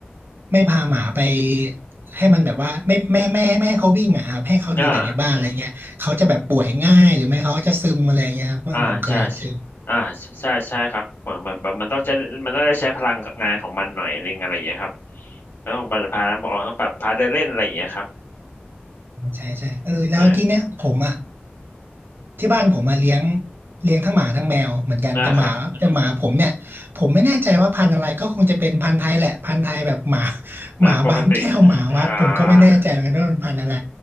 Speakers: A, on the right (about 60°); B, on the left (about 80°).
A: ไม่พาหมาไปให้มันแบบว่าไม่ไม่ไม่ไม่ไม่ให้เขาวิ่งอ่ะครับให้เขาอยู่แต่ในบ้านอะไรเงี้ยเขาจะแบบป่วยง่ายหรือไม่เขาจะซึมอะไรเงี้ยครับเพิ่งผมเคยอ่านเจอ
B: อ่าอ่าใช่อ่าใช่ใช่ใช่ครับเหมือนแบบมันต้องใช้มันต้องได้ใช้พลังงานของมันหน่อยนึงอะไรอย่างเงี้ยครับ แล้วมจพาแล้วบอกต้องปรับพารเดินเล่นอะไรอย่างเงี้ยครับ
A: ใช่ใช่เออแล้วที่เนี้ยผมอ่ะ
B: ใช่
A: ที่บ้านผมมาเลี้ยงเลี้ยงทั้งหมาทั้งแมวเหมือนกันแต่หมาแต่หมาผมเนี่ยผมไม่แน่ใจว่าพันธุ์อะไรก็คงจะเป็นพันธุ์ไทยแหละพันธุ์ไทยแบบหมา
B: อ่าครับ
A: <laughs>
B: นะปกติ
A: หมาบางแก้วหมาวัดผมก็ไม่แน่ใจเหมือนกันว่ามันพันธุ์อะไร
B: อ่า